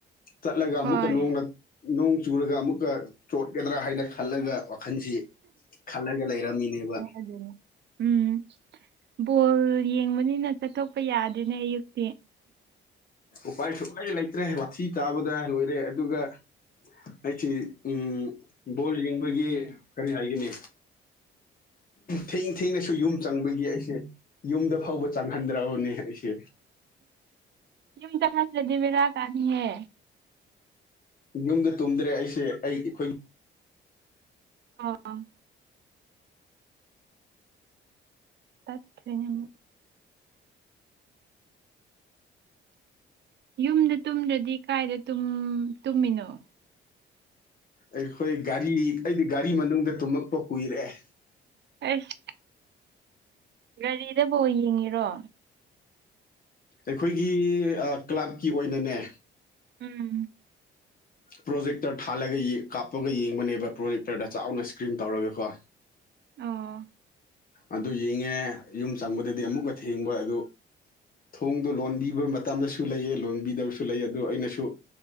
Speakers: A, on the left; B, on the right.
A: ꯆꯠꯂꯒ ꯑꯃꯨꯛꯀ
B: ꯍꯣꯏ
A: ꯅ ꯅꯣꯡ ꯆꯨꯔꯒ ꯑꯃꯨꯛꯀ ꯆꯣꯠꯀꯗ꯭ꯔꯥ ꯍꯥꯏꯅ ꯈꯜꯂꯒ ꯃꯈꯜꯁꯤ ꯈꯜꯂꯒ ꯂꯩꯔꯝꯃꯤꯅꯦꯕ
B: <unintelligible> ꯎꯝ ꯕꯣꯜ ꯌꯦꯡꯕꯅꯤꯅ ꯆꯠꯊꯣꯛꯄ ꯌꯥꯗꯦꯅꯦ ꯑꯌꯨꯛꯇꯤ
A: ꯎꯄꯥꯏ ꯁꯨꯛꯂꯩ ꯂꯩꯇ꯭ꯔꯦ ꯋꯥꯊꯤ ꯇꯥꯕꯗ ꯂꯣꯏꯔꯦ ꯑꯗꯨꯒ ꯑꯩꯁꯤ ꯎꯝ ꯕꯣꯜ ꯌꯦꯡꯕꯒꯤ ꯀꯔꯤ ꯍꯥꯏꯒꯅꯤ ꯊꯦꯡ ꯊꯦꯡꯅꯁꯨ ꯌꯨꯝ ꯆꯪꯕꯒꯤ ꯑꯩꯁꯦ ꯌꯨꯝꯗ ꯐꯥꯎꯕ ꯆꯪꯍꯟꯗ꯭ꯔꯕꯅꯦ ꯑꯩꯁꯦ
B: ꯌꯨꯝꯗꯪꯍꯜꯂꯗꯤ ꯦꯔꯥ ꯀꯥꯅꯤꯍꯦ
A: ꯌꯨꯝꯗ ꯇꯨꯝꯗ꯭ꯔꯦ ꯑꯩꯁꯦ ꯑꯩ ꯑꯩꯈꯣꯏ
B: ꯑꯥ ꯇꯞ ꯌꯥꯝ ꯌꯨꯝꯗ ꯇꯨꯝꯗ꯭ꯔꯗꯤ ꯀꯥꯏꯗ ꯇꯨꯝꯃꯤꯅꯣ
A: ꯑꯩꯈꯣꯏ ꯒꯥꯔꯤ ꯑꯩꯗꯤ ꯒꯥꯔꯤ ꯃꯅꯨꯡꯗ ꯇꯨꯝꯃꯛꯄ ꯀꯨꯏꯔꯑꯦ
B: ꯑꯁ ꯒꯥꯔꯤꯗꯐꯥꯎ ꯌꯦꯡꯉꯤꯔꯣ
A: ꯑꯩꯈꯣꯏꯒꯤ ꯀ꯭ꯂꯕꯀꯤ ꯑꯣꯏꯅꯅꯦ
B: ꯎꯝ
A: ꯄ꯭ꯔꯣꯖꯦꯛꯇꯔ ꯊꯥꯜꯂꯒ ꯀꯥꯞꯄꯒ ꯌꯦꯡꯕꯅꯦꯕ ꯄ꯭ꯔꯣꯖꯦꯛꯇꯔꯗ ꯆꯥꯎꯅ ꯏꯁꯀ꯭ꯔꯤꯟ ꯇꯧꯔꯒ ꯀꯣ
B: ꯑꯣ
A: ꯑꯗꯨ ꯌꯦꯡꯉꯦ ꯌꯨꯝ ꯆꯪꯕꯗꯗꯤ ꯑꯃꯨꯛꯀ ꯊꯦꯡꯕ ꯑꯗꯨ ꯊꯣꯡꯗꯣ ꯂꯣꯟꯕꯤꯕ ꯃꯇꯝꯗꯁꯨ ꯂꯩꯑ ꯂꯣꯟꯕꯤꯗꯕꯁꯨ ꯂꯩꯌꯦ ꯑꯗꯨ ꯑꯩꯅꯁꯨ